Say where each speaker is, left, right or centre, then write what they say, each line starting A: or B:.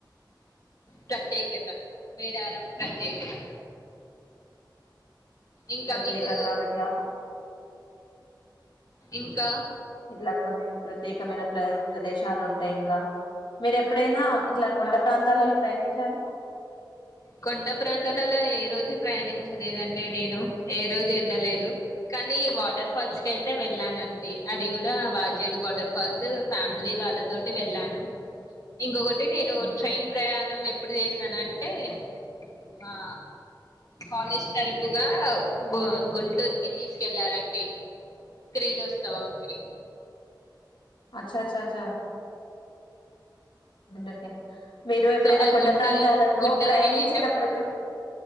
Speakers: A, on the left; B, on the left.
A: ప్రత్యేకత మేడారం ప్రత్యేకత ఇంకా
B: ప్రత్యేకంగా
A: మీకు
B: విట్లా
A: ఇంకా
B: ఇట్లా కొన్ని ప్రత్యేకమైన ప్ర ప్రదేశాలు ఉంటాయి ఇంకా మీరు ఎప్పుడైనా ఇట్లా కొండ ప్రాంతాలలో ప్రయాణించారా
A: కొండ ప్రాంతాలలో ఏ రోజు ప్రయాణించలేదండి నేను ఏ రోజు వెళ్ళలేదు కానీ వాటర్ ఫాల్స్ కి అయితే వెళ్ళానా అండి అది కూడా వాజేడు వాటర్ ఫాల్స్ ఫ్యామిలీ వాళ్ళతోటి వెళ్ళాను ఇంకొకటి నేను
B: ఉమ్.
A: ట్రైన్ ప్రయాణం ఎప్పుడు చేసానంటే మా కాలేజ్ తరపుగా గు గుంటూరుకి తీసుకెళ్లారండి క్రీడోత్సవం కి
B: చా చా చా <unintelligible> మీరు ఎప్పుడైనా
A: సో ఆ
B: కొండ
A: గుంటూరు
B: ప్రాంతాలలో
A: గుంటూరుకి
B: ప్రయాణించేటప్పుడు
A: వెళ్ళేటప్పుడు
B: చ